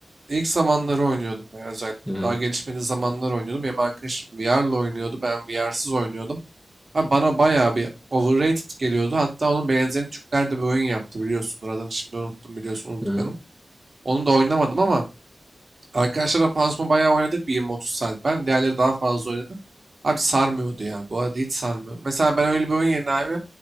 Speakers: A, on the right; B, in the centre.
A: İlk zamanları oynuyordum ben özellikle.
B: Hı hı.
A: Daha gelişmediği zamanlar oynuyordum. Benim arkadaşım VR'la oynuyordu. Ben VR'sız oynuyordum. Abi bana bayağı bir overrated geliyordu. Hatta onun benzerini Türkler de bir oyun yaptı biliyorsun. Oradan şimdi unuttum biliyorsun Unutkanım.
B: hı hı.
A: Onu da oynamadım ama Arkadaşlarla panzuma bayağı oynadık bir 20-30 saat. Ben diğerleri daha fazla oynadı. Abi sarmıyordu ya. Bu arada hiç sarmıyordu. Mesela ben öyle bir oyun yerine abi